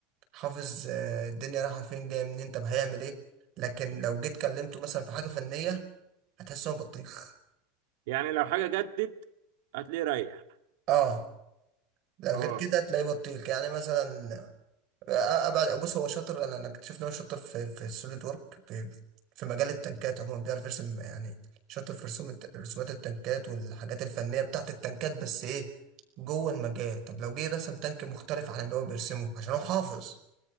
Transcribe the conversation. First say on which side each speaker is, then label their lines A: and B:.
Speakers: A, on the right (about 50°); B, on the right (about 75°).
A: حافظ آه، الدنيا رايحة فين جاية منين طب هيعمل ايه لكن لو جيت كلمته مثلا في حاجة فنية هتحس إن هو بطيخ
B: يعني لو حاجه جدت هتلاقيه ريح
A: اه لو غير
B: اه
A: كده هتلاقيه بطيخ يعني مثلا آه، ابعد بص هو شاطر انا أنا اكتشفت ان هو شاطر في في السوليد وورك في في مجال التنكات عموما بيعرف يرسم يعني شاطر في رسوم الت- رسومات التنكات والحاجات الفنية بتاعت التنكات بس ايه جوه المجال طب لو جه رسم تانك مختلف عن اللي هو بيرسمه عشان هو حافظ